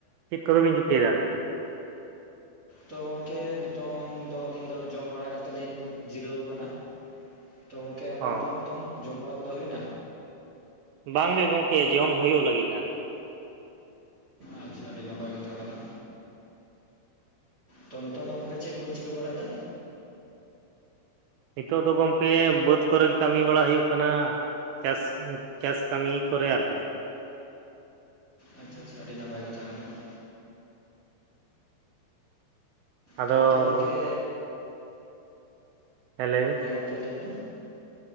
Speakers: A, on the right; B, on the right.
A: ᱪᱮᱫ ᱠᱚᱫᱚᱵᱤᱱ ᱪᱤᱠᱟᱹᱭ ᱫᱟ?
B: ᱛᱚ ᱜᱚᱝᱠᱮ ᱱᱤᱛᱚᱝ ᱫᱚ ᱟᱹᱞᱤᱧ ᱫᱚ ᱡᱚᱢ ᱵᱟᱲᱟ ᱠᱟᱛᱮᱫ ᱞᱤᱧ ᱡᱤᱨᱟᱹᱣ ᱠᱟᱱᱟ ᱾ ᱛᱚ ᱜᱚᱢᱠᱮ ᱟᱵᱮᱱ
A: ᱚ
B: ᱫᱚ ᱱᱤᱛᱚᱝ ᱡᱚᱢ ᱵᱟᱲᱟ ᱠᱚᱫᱚ ᱦᱩᱭᱱᱟ?
A: ᱵᱟᱝ ᱜᱮ ᱜᱚᱝᱠᱮ ᱡᱚᱢ ᱦᱩᱭᱩᱜ ᱞᱟᱹᱜᱤᱫ ᱾
B: ᱟᱪᱪᱷᱟ ᱟᱹᱰᱤ ᱱᱟᱯᱟᱭ ᱠᱟᱛᱷᱟ ᱠᱟᱱᱟ ᱛᱚ ᱱᱤᱛᱚᱝ ᱫᱚ ᱜᱚᱝᱠᱮ ᱪᱮᱫ ᱠᱚᱵᱤᱱ ᱪᱤᱠᱟᱹ ᱵᱟᱲᱟᱭᱮᱫᱟ?
A: ᱱᱤᱛᱚᱜ ᱫᱚ ᱜᱚᱢᱠᱮ ᱵᱟᱹᱫᱽ ᱠᱚᱨᱮ ᱠᱟᱹᱢᱤ ᱵᱟᱲᱟ ᱦᱩᱭᱩᱜ ᱠᱟᱱᱟ ᱾ ᱪᱟᱥ ᱪᱟᱥ ᱠᱟᱹᱢᱤ ᱠᱚᱨᱮ ᱟᱨᱠᱤ
B: ᱟᱪᱪᱷᱟ ᱟᱪᱪᱷᱟ ᱟᱹᱰᱤ ᱱᱟᱯᱟᱭ ᱠᱟᱛᱷᱟ ᱠᱟᱱᱟ ᱾
A: ᱟᱫᱚ
B: ᱛᱚ ᱱᱤᱛᱚᱝ ᱜᱚᱝᱠᱮ
A: ᱞᱟᱹᱭ ᱵᱤᱱ
B: ᱦᱮᱸ ᱜᱚᱝᱠᱮ ᱞᱟᱹᱭ ᱵᱮᱱ